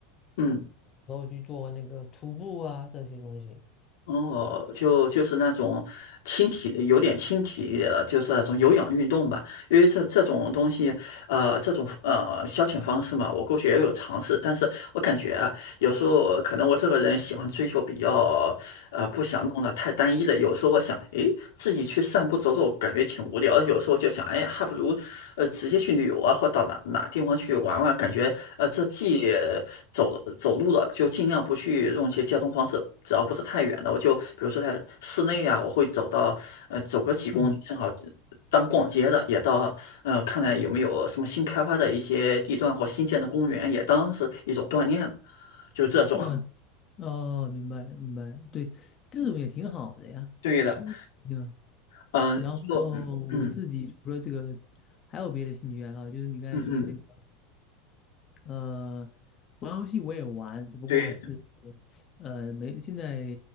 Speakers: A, on the left; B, on the left.
A: 嗯。
B: 然后去做那个徒步啊这些东西。
A: 哦，就就是那种轻体力，有点轻体力的，就是那种有氧运动吧。因为这这种东西，呃，这种呃消遣方式嘛，我过去也有尝试，但是我感觉啊，有时候可能我这个人喜欢追求比较。呃，不想弄得太单一的。有时候我想，诶，自己去散步走走，感觉挺无聊的有时候就想，哎呀，还不如，呃，直接去旅游啊，或到哪哪地方去玩玩。感觉，呃，这既呃走了走路了，就尽量不去用一些交通方式，只要不是太远的，我就比如说在室内啊，我会走到，呃，走个几公里，
B: 嗯，
A: 正好当逛街的，也到，呃，看看有没有什么新开发的一些地段或新建的公园，也当是一种锻炼，就这种。
B: 嗯，哦，明白了，明白了，对，这种也挺好的呀，
A: <laughs> 对的，
B: 我挺好。
A: 嗯、
B: 然后我自己除了这个，
A: 就嗯嗯。
B: 还有别的兴趣爱好，就是你刚才说的那个，
A: 嗯嗯，
B: 呃，玩游戏我也玩，只不过是，
A: 对，
B: 呃，没，现在，